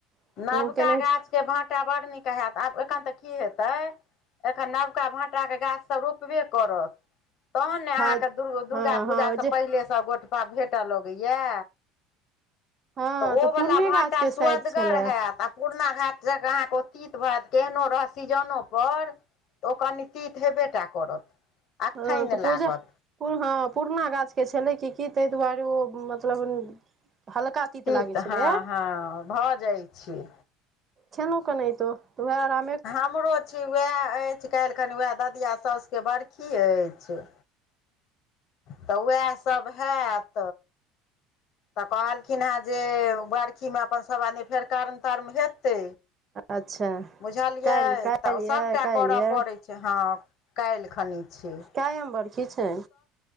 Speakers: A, on the right (about 25°); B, on the left (about 50°).
A: लेकिन
B: नवका
A: केना
B: गाछके भाटा बड नीक हैत आब एखन तऽ की हेतै एखन नबका भाटाक के गाछ सब रोपबे करत तहन ने अहाँके
A: हँ
B: दु दुर्गा
A: हँ
B: पूजासँ
A: हँ जे
B: पहिलेसँ गोटपा भेटय लगैया
A: हँ
B: तऽ ओवला
A: पुरने
B: भाँटा
A: गाछके
B: सुअदगर
A: शायद छलए
B: हयत आ पुरना घाट जकां अहाँके ओ तित भेत केहनो रहत सीजनो पर तऽ ओ कनी तित हेबेटा करत अखठनि
A: ह तऽ पूजा
B: लागत
A: हँ पुरना गाछ के छले की की ताहि दुआरे ओ मतलब हल्का तीत
B: तित
A: लागै छलैए
B: हँ हँ भऽ जाइ छै
A: खेलहु केनातो तऽ उएह आराम
B: हमरो छी उएह अछि काल्हिखनि उएह ददिया साउसके बरखी अछि तऽ उएहसभ हेत तऽ कहलखिन हेँ जे बरखीमे अपन सभ आदमी फेर कार्म तार्म हेतै
A: अच्छा
B: बुझलियै
A: काल्हि काल्हि
B: तऽ सभटा
A: यए काल्हि
B: करऽ
A: यए
B: पड़ै छै हँ काल्हि खनी छियै
A: क‌एम बरखी छै